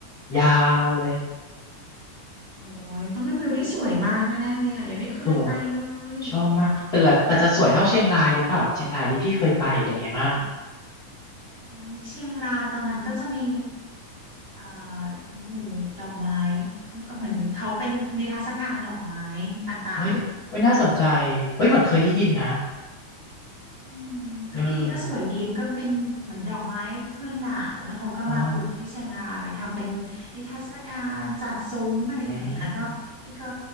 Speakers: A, on the left; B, on the right.
A: ยาวเลย
B: โอ้ยต้องเป็นวิวที่สวยมากแน่ๆเลยอ่ะยังไม่เคยไปเลย
A: สวยชอบมากแต่ละแต่จะสวยเท่าเชียงรายหรือเปล่าเชียงรายที่พี่เคยไปเป็นไงมั่ง
B: โอ้ยเชียงรายตอนนั้นก็จะมีเอ่อหมู่ดอกไม้เขาเหมือนเขาเป็นนิทรรศการดอกไม้ต่างๆ
A: เฮ้ยเฮ้ยน่าสนใจเฮ้ยเหมือนเคยได้ยินนะ
B: อืมก็ดีก็สวยดีมันก็เป็นเหมือนดอกไม้เมืองหนาวแล้วเขาก็มาปลูกที่เชียงรายทำเป็นนิทรรศการจัดซุ้มอะไรอย่างเงี้ยแล้วก็พี่ก็
A: เออเอ่ อืม